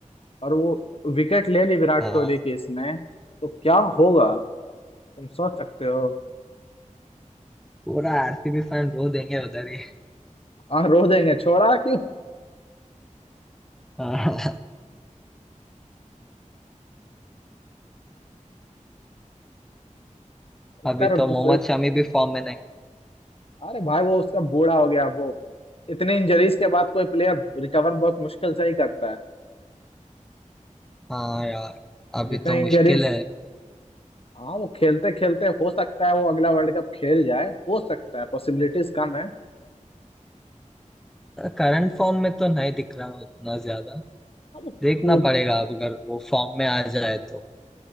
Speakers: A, on the left; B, in the centre.
A: और वो विकेट ले ली विराट
B: हाँ
A: कोहली की इसने तो क्या होगा तुम सोच सकते हो
B: पूरा आरसीबी फैन रो देंगे उधर ही
A: हाँ रो देंगे छोड़ा कि
B: हाँ, अभी
A: कर
B: तो
A: दूसरे
B: मोहम्मद शमी भी फॉर्म में नहीं
A: अरे भाई वो उसका बूढ़ा हो गया वो इतने इंजरीज के बाद कोई प्लेयर रिकवर बहुत मुश्किल से ही करता है
B: हाँ यार अभी
A: जितने
B: तो मुश्किल
A: इंजरीज
B: है
A: हाँ वो खेलते खेलते हो सकता है वो अगला वर्ल्ड कप खेल जाए हो सकता है पॉसिबिलिटीज कम है हाँ,
B: करंट फॉर्म में तो नहीं दिख रहा उतना ज्यादा
A: वो
B: देखना
A: वो,
B: पड़ेगा अब अगर वो फॉर्म में आ जाए तो